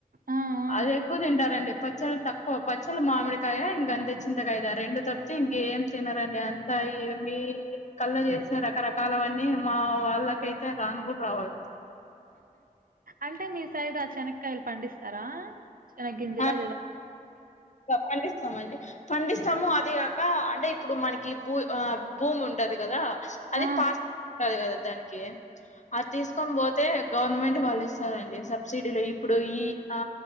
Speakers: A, on the right (about 80°); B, on the left (about 55°).
A: ఆ! ఆ!
B: అది ఎక్కువ తింటారండి పచ్చలు తక్కువ పచ్చల్ మామిడికాయ ఇంగ అంతె చింతకాయదా రెండు తక్కు ఇంకేం తినరండి అంతా ఏమి కళ్ళ చేసే రకరకాలవన్నీ మా వాళ్ళ ల్ల అయితే రాను గుడరను
A: అంటే నీ సైడ్ ఆ చెనక్కాయలు పండిస్తారా చిన్ గింజిలా
B: ఆ పండిస్తామండి పండిస్తాము అది కాక అంటే ఇప్పుడు మనకి భూ ఆ భూమి ఉంటది కదా అది
A: ఆ!
B: పాస్ బుక్ ఉంటది కదా దానికి అది తీసుకొని పోతే గవర్నమెంట్ వాళ్ళు ఇస్తారండి సబ్సిడీలు ఇప్పుడు ఈ ఆ